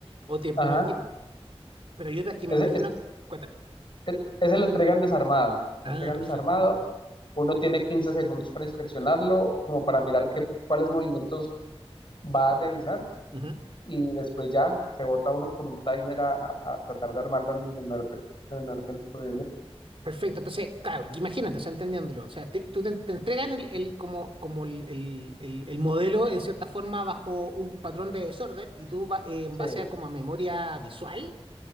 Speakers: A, on the right; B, on the left.
A: o te, me
B: ajá.
A: imagino, pero hay otras que me
B: Ese,
A: imagino,
B: es-
A: cuéntame.
B: es- ese lo entregan desarmado,
A: Ah,
B: lo entregan
A: perfecto.
B: desarmado, uno tiene 15 segundos para inspeccionarlo, como para mirar qué, cuáles movimientos va a realizar
A: Ujú.
B: y después ya se bota uno con un timer a, a- a tratar de armarlo en el menor, tiempo- en el menor tiempo posible.
A: Perfecto, entonces, claro, imagínate, o sea, entendiéndolo, o sea, te- tú te, te entregan el, el- como, como el, el- el- el modelo en cierta forma bajo un patrón de desorden y tú va- eh, en
B: Sí,
A: base a como a memoria visual